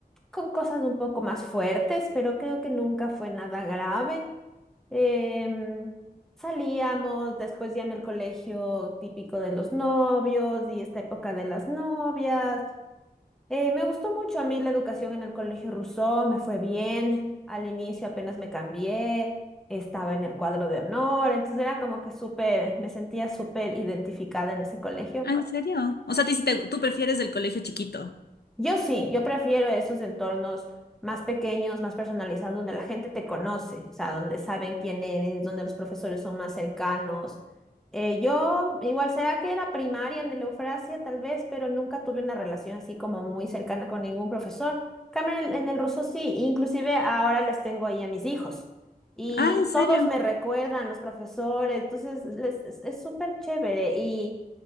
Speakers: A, in the centre; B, on the left.
A: con cosas un poco más fuertes, pero creo que nunca fue nada grave. Em, salíamos después ya en el colegio típico de los novios y esta época de las novias. Eh, me gustó mucho a mí la educación en el colegio Rousseau, me fue bien. Al inicio apenas me cambié, estaba en el cuadro de honor, entonces era como que súper, me sentía súper identificada en ese colegio.
B: Ah, ¿en serio? O sea, te-
A: Sí.
B: te- tú prefieres el colegio chiquito.
A: Yo sí, yo prefiero esos entornos más pequeños, más personalizados, donde la gente te conoce, o sea, donde saben quién eres, donde los profesores son más cercanos. Eh, yo, igual, será que era primaria en el Eufrasia, tal vez, pero nunca tuve una relación así como muy cercana con ningún profesor. Cambio en el, en el ruso sí, inclusive ahora les tengo ahí a mis hijos. Y
B: Ah, ¿en serio?
A: todos me recuerdan, los profesores, entonces les- es es súper chévere. Y